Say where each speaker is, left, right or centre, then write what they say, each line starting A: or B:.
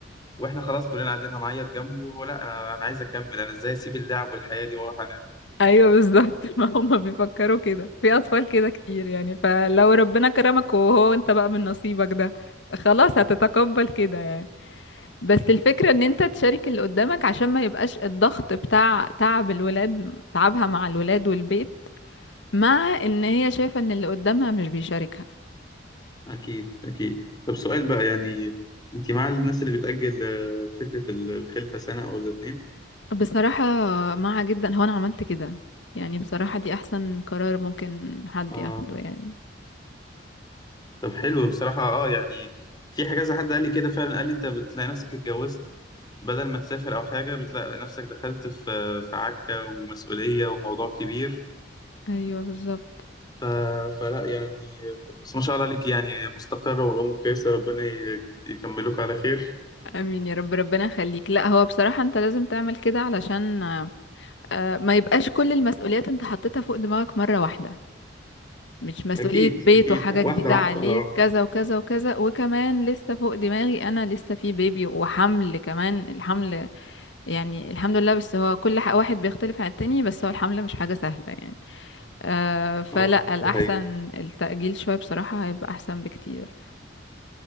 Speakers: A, on the left; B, on the left.
A: واحنا خلاص كلنا قاعدين هنعيط جنبه ولا انا انا عايز اكمل انا ازاي اسيب اللعب والحياه دي واروح انام
B: ايوه بالظبط <laughs> ما هم بيفكروا كده في اطفال كده كتير يعني فلو ربنا كرمك وهو انت بقى من نصيبك ده خلاص هتتقبل كده يعني بس الفكرة ان انت تشارك اللي قدامك عشان ما يبقاش الضغط بتاع تعب الولاد تعبها مع الولاد والبيت مع ان هي شايفة ان اللي قدامها مش بيشاركها
A: اكيد اكيد طب سؤال بقى يعني انت مع الناس اللي بتأجل آه، فكره ال- الخلفه سنه او الاتنين
B: بصراحة مع جدا هو انا عملت كده يعني بصراحة دي احسن قرار ممكن حد
A: اه
B: ياخده يعني
A: طب حلو بصراحة اه يعني في حاجة زي حد قال لي كده فعلا قال لي انت بتلاقي نفسك اتجوزت بدل ما تسافر او حاجة بتلاقي نفسك دخلت في في عكة ومسؤولية وموضوع كبير
B: ايوه بالظبط
A: ف... فلا يعني بس ما شاء الله عليك يعني مستقرة والامور كويسة ربنا ي- يكملوك على خير
B: امين يا رب ربنا يخليك لا هو بصراحة انت لازم تعمل كده علشان آه، ما يبقاش كل المسؤوليات انت حطيتها فوق دماغك مرة واحدة مش مسؤولية
A: اكيد
B: بيت
A: اكيد
B: وحاجة
A: واحدة
B: جديدة
A: واحدة
B: عليك
A: اه
B: كذا وكذا وكذا وكمان لسه فوق دماغي انا لسه في بيبي وحمل كمان الحمل يعني الحمد لله بس هو كل ح- واحد بيختلف عن التاني بس هو الحمل مش حاجة سهلة يعني آه، فلا
A: اه
B: الأحسن
A: دي حقيقة
B: التأجيل شوية بصراحة هيبقى أحسن بكتير